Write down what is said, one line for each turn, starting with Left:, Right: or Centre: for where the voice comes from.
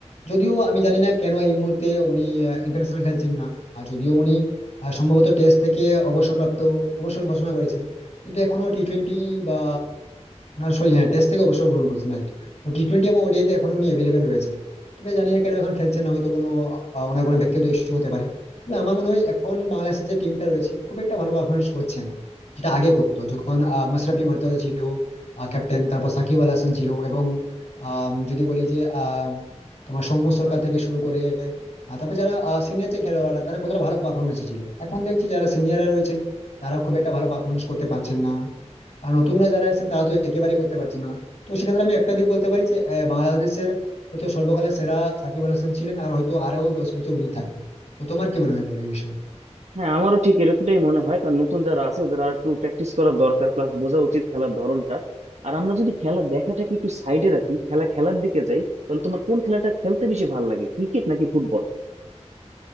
Left: যদিও আমি জানি না কেন এই মুহূর্তে উনি ইন্টারন্যাশনাল খেলছেন না আর যদিও উনি আহ, সম্ভবত টেস্ট থেকে অবসরপ্রাপ্ত অবসর ঘোষণা করেছেন কিন্তু এখনো টি টোয়েন্টি বা সরি হ্যাঁ টেস্ট থেকে অবসর গ্রহণ করেছেন রাইট তো টি টোয়েন্টি এবং ওডিআইতে এখন উনি অ্যাভেলেবেল রয়েছেন তবে জানি না কেন এখন খেলছেন না হয়তো কোনো আহ, ওনার কোনো ব্যক্তিগত ইস্যু হতে পারে তবে আমার মনে হয় এখন বাংলাদেশের যে টিমটা রয়েছে খুব একটা ভালো পারফরমেন্স করছে না যেটা আগে করতো যখন আহ, মাশরাফি মুর্তজা ছিল ক্যাপ্টেন তারপর সাকিব আল হাসান ছিল এবং আম, যদি বলি যে আম, তোমার সৌম্য সরকার থেকে শুরু করে আহ, তারপর যারা সিনিয়র যে খেলোয়াড়রা তারা কতটা ভালো পারফরমেন্স ছিল এখন দেখছি যারা সিনিয়ররা রয়েছেন তারা খুব একটা ভালো পারফরমেন্স করতে পারছেন না আর নতুনরা যারা আছেন তারা তো একেবারেই করতে পারছে না তো সেক্ষেত্রে আমি একটা দিক বলতে পারি যে আহ, বাংলাদেশের হয়তো সর্বকালের সেরা সাকিব আল হাসান ছিলেন আর হয়তো আরো দশ বছর উনি থাকবেন তো তোমার কি মনে হয় বলো এই বিষয়ে
Right: হ্যাঁ আমারও ঠিক এরকমটাই মনে হয় কারণ নতুন যারা আছে ওদের আর একটু প্র্যাকটিস করার দরকার প্লাস বোঝা উচিত খেলার ধরনটা আর আমরা যদি খেলা দেখাটাকে একটু সাইডে রাখি খেলা খেলার দিকে যাই তাহলে তোমার কোন খেলাটা খেলতে বেশি ভালো লাগে ক্রিকেট নাকি ফুটবল